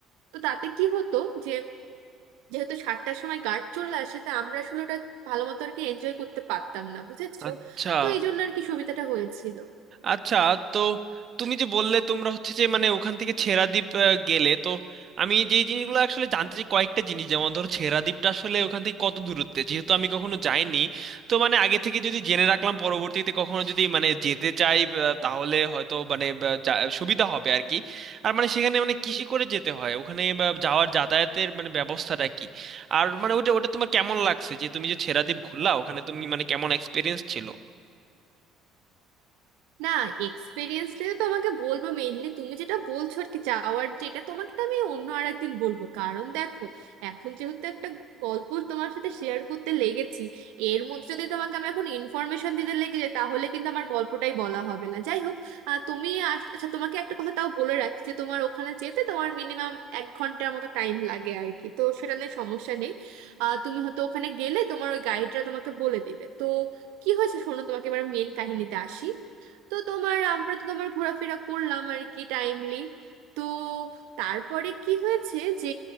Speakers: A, on the right (about 70°); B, on the right (about 50°).
A: তো তাতে কি হতো যে যেহেতু সাতটার সময় গার্ড চলে আসে তা আমরা আসলে ওটা ভালো মতো আর কি এনজয় করতে পারতাম না বুঝেছো
B: আচ্ছা
A: তো এই জন্য আর কি সুবিধাটা হয়েছিল
B: আচ্ছা তো তুমি যে বললে তোমরা হচ্ছে যে মানে ওখান থেকে ছেড়াদ্বীপ আহ, গেলে তো আমি যে জিনিসগুলো আসলে জানতে চাই কয়েকটা জিনিস যেমন ধরো ছেড়াদ্বীপটা আসলে ওখান থেকে কত দূরত্বে যেহেতু আমি কখনো যাইনি তো মানে আগে থেকে যদি জেনে রাখলাম পরবর্তীতে কখনো যদি মানে যেতে চাই আহ, তাহলে হয়তো মানে আহ, যা- সুবিধা হবে আর কি আর মানে সেখানে মানে কিসে করে যেতে হয় ওখানে আহ, যাওয়ার যাতায়াতের মানে ব্যবস্থাটা কি আর মানে ওটা ওটা তোমার কেমন লাগছে যে তুমি যে ছেড়াদ্বীপ ঘুরলা ওখানে তুমি মানে কেমন এক্সপিরিয়েন্স ছিল
A: না এক্সপিরিয়েন্স তো তোমাকে বলবো মেইনলি তুমি যেটা বলছো আর কি যাওয়ার যেটা তোমাকে তো আমি অন্য আর একদিন বলবো কারণ দেখো এখন যেহেতু একটা গল্প তোমার সাথে শেয়ার করতে লেগেছি এর মধ্যে যদি তোমাকে আমি এখন ইনফরমেশন দিতে লেগে যাই তাহলে কিন্তু আমার গল্পটাই বলা হবে না যাই হোক আহ, তুমি আস- আচ্ছা তোমাকে একটা কথা তাও বলে রাখছি যে তোমার ওখানে যেতে তোমার মিনিমাম এক ঘন্টার মতো টাইম লাগে আর কি তো সেটা নিয়ে সমস্যা নেই আহ, তুমি হয়তো ওখানে গেলে তোমার ওই গাইডরা তোমাকে বলে দিবে তো কি হয়েছে শোনো তোমাকে এবার মেন কাহিনীতে আসি তো তোমার আমরা তো তোমার ঘোরাফেরা করলাম আর কি টাইমলি তো তারপরে কি হয়েছে যে